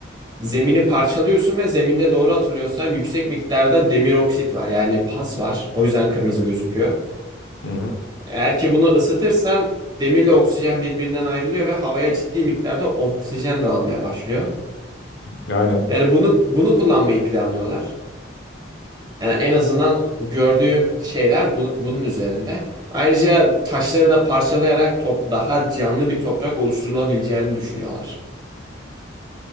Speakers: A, on the right (about 20°); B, on the left (about 70°).
A: zemini parçalıyorsun ve zeminde doğru hatırlıyorsam yüksek miktarda demir oksit var yani pas var. O yüzden kırmızı gözüküyor.
B: hı. hı.
A: Eğer ki bunu ısıtırsan demirle oksijen birbirinden ayrılıyor ve havaya ciddi miktarda oksijen dağılmaya başlıyor.
B: Aynen.
A: Yani bunu bunu kullanmayı planlıyorlar. Yani en azından gördüğüm şeyler bu- bunun üzerinde. Ayrıca taşları da parçalayarak top daha canlı bir toprak oluşturulabileceğini düşünüyorlar.